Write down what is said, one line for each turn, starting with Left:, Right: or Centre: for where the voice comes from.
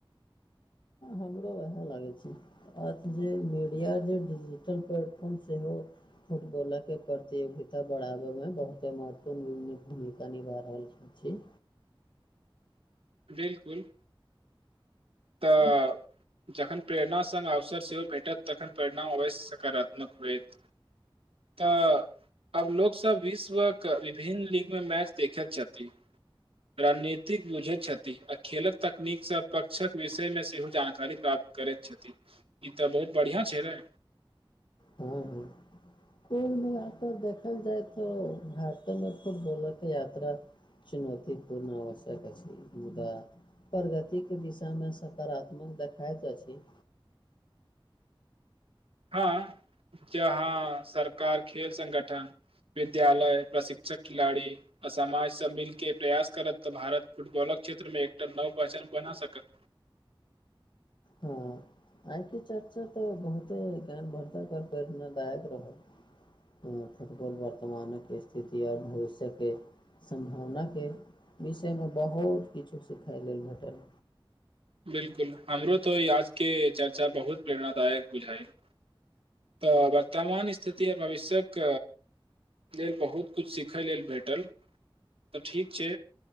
Left: हमरा उएह लागै छी। अ जे मीडिया जे डिजिटल प्लेटफॉर्म सेहो। फुटबॉलके प्रतियोगिता बढ़ाबैमे बहुते महत्व भूमिका निभा रहल छथि
Right: बिल्कुल। तऽ। जखन प्रेरणा सङ्ग अवसर सेहो भेटत तखन प्रेरणा अवश्य सकारात्मक होयत। तऽ। अब लोकसभ विश्वके विभिन्न लीगमे मैच देखैत छथि। रणनीतिक बुझैत छथि अऽ खेलक तकनीकसँ प। शिक्षक विषय मे सेहो जानकारी प्राप्त करैत छथि ई तऽ बहुत बढ़िआं छै नऽ।
Left: हू-हू। कोुल मिलाक देखल जाय तऽ भारत मे फुटबॉल कऽ यात्रा। चुनौती पूर्ण आवश्यक अछि मुदा। प्रगतिके दिशामे सकारात्मक देखइत अछि।
Right: हँ जहाँ सरकार खेल सगठन। विद्यालय प्रशिक्षक खिलाड़ी। अऽ साजसँ मिलके प्रयास करत तऽ भारत फुटबॉलक क्षेत्र मे एकटा नव पहचान बना सकत।
Left: हाँ आइ के चर्चा तऽ बहुते ज्ञान भरधक आऔर प्रेरणादायक रहल। फुटबॉल वर्तमानक स्थिति आओर भविष्यके। सम्भावनाके विषयमे बहुत किछु सिखै लेल भेटत।
Right: बिल्कुल हमरो तऽ आजके चर्चा बहुत प्रेरणाादायक बुझाई। तऽ वर्तमान स्थिति आर भविष्य्यक। लेल बहुत कछु सिखय लेल भेटल। तऽ ठीक छै